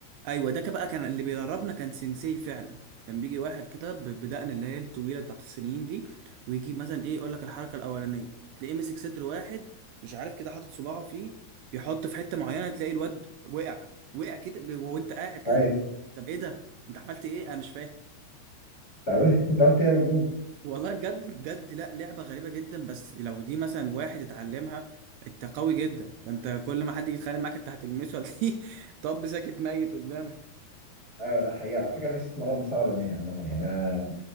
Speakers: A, on the right; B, on the left.
A: ايوه ده كان بقى كان اللي بيدربنا كان سينسي فعلا كان بيجي واحد كده ب- بدقن اللي هي الطويله بتاعت السنين دي ويجي مثلا ايه يقول لك الحركه الاولانيه تلاقيه ماسك صدر واحد مش عارف كده حاطط صباعه فيه بيحط في حته معينه تلاقي الواد وقع وقع كده ب- وهو انت قاعد كده
B: ايوه
A: تلاقيه-
B: انت
A: طب ايه ده انت عملت ايه انا مش فاهم
B: عملت <laughs> انت عملت ايه يا مجنون؟
A: والله بجد بجد لا لعبه غريبه جدا بس لو دي مثلا واحد اتعلمها انت قوي جدا ده انت كل ما حد يتخانق معاك انت هتلمسه هتلاقيه <laughs> طب ساكت ميت قدامك
B: ايوه ده حقيقي على فكره أنا نفسي اتمرن مصارعه روماني عامه يعني انا